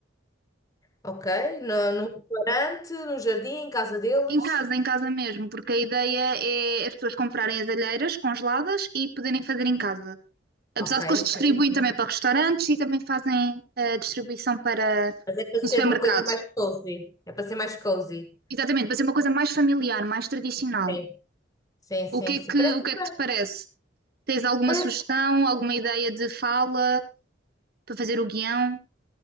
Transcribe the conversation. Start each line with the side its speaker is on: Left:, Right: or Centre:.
Left: Ok. No, num restaurante, num jardim, em casa deles.
Right: Em casa, em casa mesmo, porque a ideia é as pessoas comprarem as alheiras congeladas e poderem fazer em casa. Apesar
Left: Ok,
Right: de que eles
Left: sim.
Right: distribuem
Left: sim.
Right: também para restaurantes e também fazem a distribuição para
Left: Mas é para ser
Right: no supermercado.
Left: uma coisa mais cozy. É para ser mais cozy.
Right: Exatamente, para ser uma coisa mais familiar, mais tradicional.
Left: Sim. Sim, sim,
Right: O que é
Left: sim.
Right: que,
Left: Parece
Right: o que é
Left: bem.
Right: que te parece? Tens alguma
Left: Parece,
Right: sugestão, alguma ideia de fala para fazer o guião?